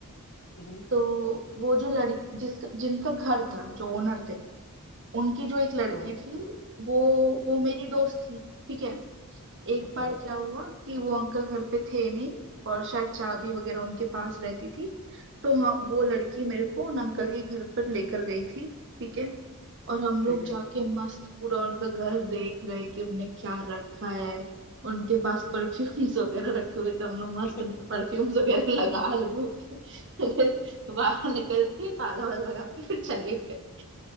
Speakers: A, on the left; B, on the right.
A: हम्म।
B: तो वो जो लड़की जिसका जिनका घर था जो ओनर थे उनकी जो एक लड़की
A: हाँ
B: थी वो वो मेरी दोस्त थी ठीक है एक
A: अच्छा
B: बार क्या हुआ कि वो अंकल घर पे थे नहीं और शायद चाबी वगैरह उनके पास रहती थी तो हाँ वो लड़की मेरे को उन अंकल के घर पर लेकर गई थी ठीक है और हम लोग
A: ठीक है
B: जाके मस्त पूरा उनका घर देख रहे कि उनने क्या रखा है उनके पास परफ्यूम्स वगैरह रखे हुए थे हम लोग
A: <laughs>
B: मस्त उनके परफ्यूम्स वगैरह लगा लगू के फिर बाहर निकल के ताला वाला लगा के फिर चले गए